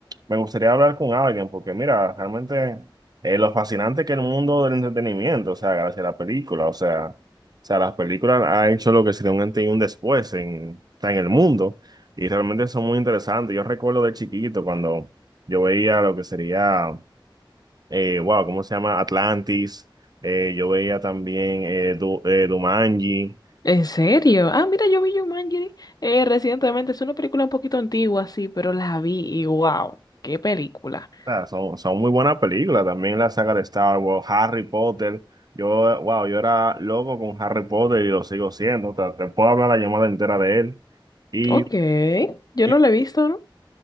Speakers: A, on the right; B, on the left.
A: Me gustaría hablar con alguien porque mira, realmente eh, lo fascinante que es el mundo del entretenimiento, o sea, gracias a la película, o sea, o sea, las películas han hecho lo que sería un antes y un después en, o sea, en el mundo y realmente son muy interesantes. Yo recuerdo de chiquito cuando yo veía lo que sería, eh, wow, ¿cómo se llama? Atlantis, eh, yo veía también eh, Du- eh, Jumanji.
B: ¿En serio? Ah, mira, yo vi Jumanji eh, recientemente. Es una película un poquito antigua, sí, pero la vi y wow, qué película.
A: sea, son, son muy buenas películas. También la saga de Star Wars, Harry Potter. Yo, wow, yo era loco con Harry Potter y lo sigo siendo. O sea, te puedo hablar la llamada entera de él. Y,
B: Ok, yo
A: y-
B: no la he visto, ¿no?